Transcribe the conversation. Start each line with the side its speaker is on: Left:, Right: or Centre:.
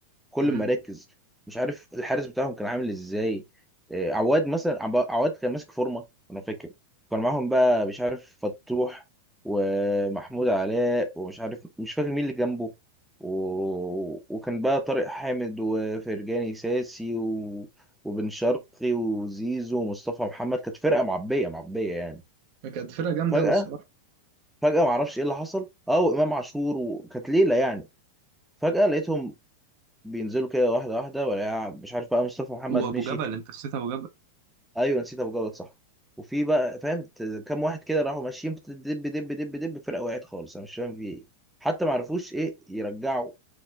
Centre: كل
Right: مم.
Centre: ما ركز مش عارف الحارس بتاعهم كان عامل ازاي آه، عواد مثلا عب- عواد كان ماسك فورمه انا فاكر كان معاهم بقى مش عارف فتوح ومحمود علاء ومش عارف مش فاكر مين اللي جنبه و... وكان بقى طارق حامد وفرجاني ساسي و... وبن شرقي وزيزو ومصطفى محمد كانت فرقه معبيه معبيه يعني
Right: كانت فرقة جامدة
Centre: فجاه
Right: أوي الصراحة
Centre: فجاه معرفش ايه اللي حصل اه وامام عاشور وكانت ليله يعني فجاه لقيتهم بينزلوا كده واحدة واحدة ولا مش عارف بقى مصطفى محمد
Right: وابو
Centre: مشي
Right: جبل انت نسيت ابو جبل
Centre: ايوه نسيت ابو جلال صح وفي بقى فاهم ت- كام واحد كده راحوا ماشيين دب دب دب دب فرقه وقعت خالص انا مش فاهم في ايه حتى ما عرفوش ايه يرجعوا